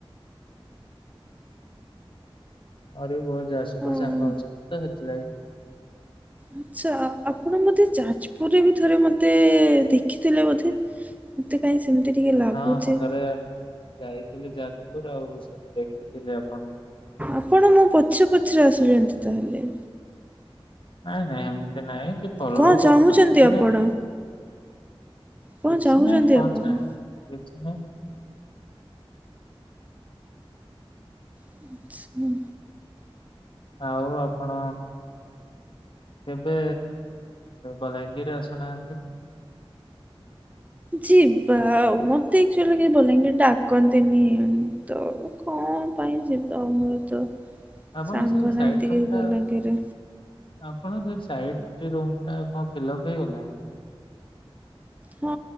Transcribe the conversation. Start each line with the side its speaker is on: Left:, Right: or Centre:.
Left: ସରୀ ବହୁତ ଯାଜପୁର
Right: ହଉ।
Left: ସାଙ୍ଗ ଅଛନ୍ତି ତ ସେଥିଲାଗି।
Right: ଆଚ୍ଛା ଆପଣ ବୋଧେ ଯାଜପୁରରେ ବି ଥରେ ମତେ ଦେଖିଥିଲେ ବୋଧେ। ମତେ କାହିଁ ସେମିତି ଟିକେ ଲାଗୁଚି।
Left: ହଁ ମୁଁ ଥରେ ଯାଇଥିଲି ଯାଜପୁର ଆଉ ସେଠି ଦେଖିଥିଲି ଆପଣଙ୍କୁ।
Right: ଆପଣ ମୋ ପଛରେ ପଛରେ ଆସୁଛନ୍ତି ତାହାଲେ?
Left: ନାଇଁ ନାଇଁ ଏମିତି ନାଇଁ କି ଫଲୋ
Right: କଣ
Left: କରୁନାହାନ୍ତି
Right: ଚାହୁଁଛନ୍ତି
Left: ମାନେ
Right: ଆପଣ କଣ
Left: କିଛି
Right: ଚାହୁଁଛନ୍ତି
Left: ନାହିଁ କଣ
Right: ଆପଣ
Left: ଚାହିଁବ। କିଛି ନାହିଁ।
Right: ଆଚ୍ଛା।
Left: ଆଉ ଆପଣ କେବେ ବଲାଙ୍ଗୀର ଆସୁନାହାନ୍ତି?
Right: ଯିବା ଆଉ ମତେ ଆକଚୁଆଲି କେବେ ବଲାଙ୍ଗୀର ଡାକନ୍ତିନି ତ କଣ ପାଇଁ ଯିବା ଆମର ତ
Left: ଆପଣ
Right: ସାଙ୍ଗ
Left: ସେଇ ସାଇଟ
Right: ନାହାନ୍ତି
Left: ରୁମ
Right: କେହି
Left: ଟା
Right: ବଲାଙ୍ଗୀରରେ
Left: ଆପଣଙ୍କ ସେ ସାଇଡ ରୁମ ଟା କଣ ଫିଲପ୍ ହେଇଗଲାଣି?
Right: ହଁ